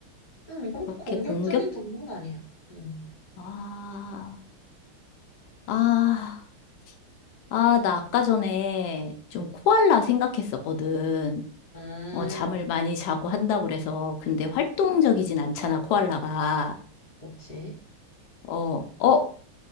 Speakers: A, on the left (about 40°); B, on the left (about 85°).
A: 음, 그렇게
B: 그렇게
A: 공격적인
B: 공격?
A: 동물은 아니야. 음,
B: 아, 아, 아, 나 아까 전에 좀 코알라 생각했었거든.
A: 음,
B: 어, 잠을 많이 자고 한다고 그래서, 근데 활동적이진 않잖아, 코알라가.
A: 그렇지.
B: 어, 어,